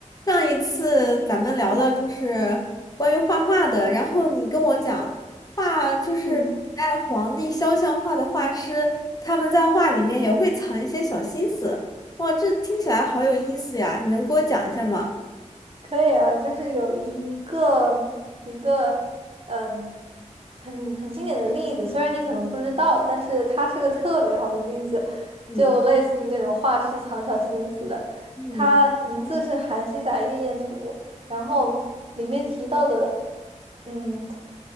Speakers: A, on the left; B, on the right.
A: 上一次咱们聊了就是关于画画的，然后你跟我讲画就是古代皇帝肖像画的画师，
B: 嗯，
A: 他们在画里面也会藏一些小心思。哇，这听起来好有意思呀！你能给我讲一下吗？
B: 可以啊，就是有一个有一个嗯，很很经典的例子，虽然你可能不知道，但是它是个特别好的例子，
A: 嗯
B: 就类似于那种画师藏小心思的。
A: 嗯
B: 它名字是《韩熙载夜宴图》，然后里面提到的，嗯，